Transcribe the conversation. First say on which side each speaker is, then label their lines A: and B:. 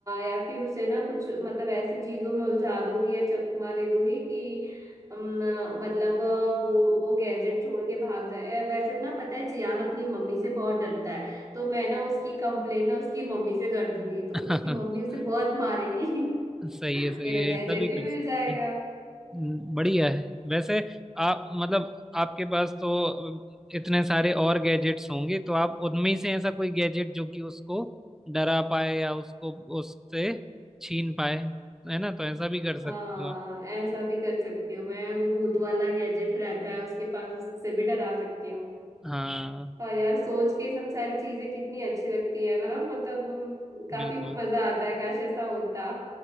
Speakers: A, on the right (about 25°); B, in the centre.
A: या फिर उसे ना कुछ मतलब ऐसी चीजों में उलझा दूंगी या चकमा दे दूंगी कि अम, मतलब अ, वो वो गैजेट छोड़ के भाग जाए वैसे ना पता है जियान अपनी मम्मी से बहुत डरता है तो मैं ना उसकी कंप्लेन ना उसकी मम्मी से कर दूंगी तो
B: <laughs>
A: उसकी मम्मी उसे
B: सही
A: बहुत मारेगी
B: है सही
A: <laughs>
B: है
A: मेरा गैजेट
B: सभी कर
A: भी मिल
B: सकते
A: जाएगा
B: हैं हम्म, बढ़िया है वैसे आप मतलब आपके पास तो अम, इतने सारे और गैजेट्स होंगे तो आप उनमें से ऐसा कोई गैजेट जो कि उसको डरा पाए या उसको उससे छीन पाए है ना तो ऐसा भी
A: हाँ
B: कर सकते हो आप
A: ऐसा भी कर सकती हूँ मैं वो भूत वाला गैजेट रहता है उसके पास उससे भी डरा सकती हूँ
B: हाँ
A: हाँ यार सोच के ये सब सारी चीजें कितनी अच्छी लगती है ना मतलब काफी
B: बिल्कुल
A: मजा आता है काश ऐसा होता